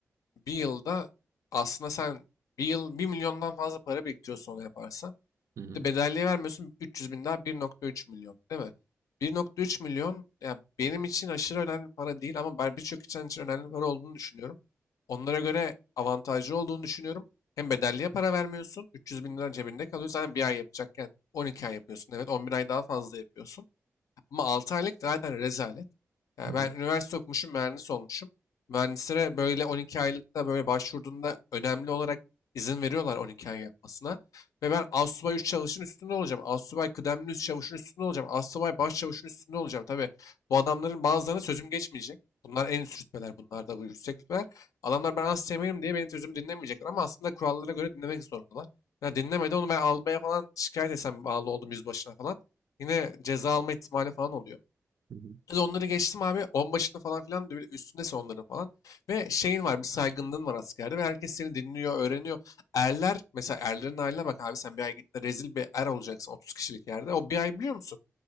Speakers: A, on the left; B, on the right.
A: bir yılda aslında sen bir yıl bir milyondan fazla para biriktiriyorsun onu yaparsan.
B: Hı hı.
A: Bir de bedelliği vermiyorsun 300 bin daha 1.3 milyon değil mi? 1.3 milyon yani benim için aşırı önemli para değil ama ben birçok insan için önemli para olduğunu düşünüyorum. Onlara göre avantajlı olduğunu düşünüyorum. Hem bedelliğe para vermiyorsun 300 bin lira cebinde kalıyor. Zaten bir ay yapacakken 12 ay yapıyorsun evet 11 ay daha fazla yapıyorsun. Ama 6 aylık zaten rezalet. Yani
B: Hı hı.
A: ben üniversite okumuşum, mühendis olmuşum. Mühendislere böyle 12 aylıkta böyle başvurduğunda önemli olarak izin veriyorlar 12 ay yapmasına. Ve ben astsubay 3 çavuşun üstünde olacağım. Astsubay kıdemli üst çavuşun üstünde olacağım. Astsubay baş çavuşun üstünde olacağım. Tabii bu adamların bazılarına sözüm geçmeyecek. Bunlar en üst rütbeler. Bunlar da bu yüksek rütbeler. Adamlar ben asteğmenim diye benim sözümü dinlemeyecekler. Ama aslında kurallara göre dinlemek zorundalar. Ya dinlemedi onu ben albaya falan şikayet etsem bağlı oldum yüzbaşına falan. Yine ceza alma ihtimali falan oluyor.
B: Hı hı.
A: Biz onları geçtim abi. On başında falan filan da böyle üstündesin onların falan. Ve şeyin var bir saygınlığın var askerde ve herkes seni dinliyor, öğreniyor. Erler mesela erlerin haline bak abi sen bir ay gittin rezil bir er olacaksın 30 kişilik yerde. O bir ay biliyor musun?